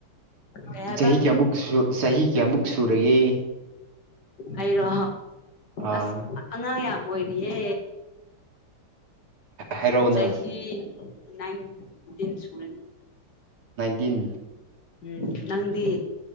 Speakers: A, on the left (about 50°); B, on the right (about 75°).
A: ꯀꯩ ꯍꯥꯏꯕ
B: ꯆꯍꯤ ꯀꯌꯥꯃꯨꯛ ꯆꯍꯤ ꯀꯌꯥꯃꯨꯛ ꯁꯨꯔꯒꯦ
A: ꯑꯩꯔꯣ
B: ꯑꯥ
A: ꯑꯁ ꯑꯉꯥꯡ ꯌꯥꯝ ꯑꯣꯏꯔꯤꯌꯦ
B: ꯍꯥꯏꯔꯛꯑꯣꯅ
A: ꯆꯍꯤ ꯅꯥꯏꯟ ꯇꯤꯟ ꯁꯨꯔ
B: ꯒꯤꯟ
A: ꯎꯝ ꯅꯪꯗꯤ